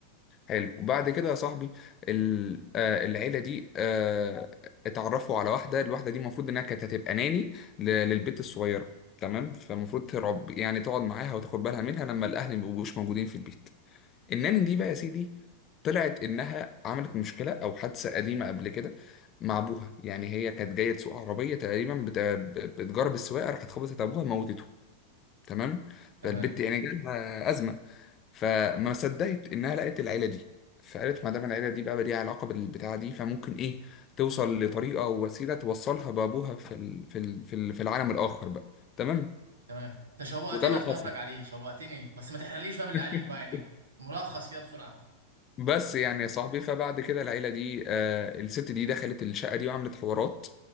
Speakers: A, on the left; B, on the right.
A: حلو وبعد كده يا صاحبي ال- آه، العيله دي آه، اتعرفوا على واحده الواحده دي المفروض انها كانت هتبقى ناني ل- للبت الصغيره تمام فالمفروض ترعب يعني تقعد معاها وتاخد بالها منها لما الاهل ما بيبقوش موجودين في البيت الناني دي بقى يا سيدي طلعت انها عملت مشكله او حادثه قديمه قبل كده مع ابوها يعني هي كانت جايه تسوق عربيه تقريبا بت- بتجرب السواقه راحت خبطت ابوها موتته تمام فالبت
B: تمام
A: يعني جالها ازمه فما صدقت انها لقت العيله دي فقالت ما دام العيله دي بقى ليها علاقه بالبتاعه دي فممكن ايه توصل لطريقه او وسيله توصلها بابوها في ال... في ال... في ال... في العالم الاخر بقى تمام
B: تمام انت شوقتني
A: وده اللي
B: اتفرج
A: حصل
B: عليه شوقتني بس ما تحرقليش بقى باللي
A: <laughs>
B: عليك بقى يعني ملخص كده بسرعة
A: بس يعني يا صاحبي فبعد كده العيله دي آه الست دي دخلت الشقه دي وعملت حوارات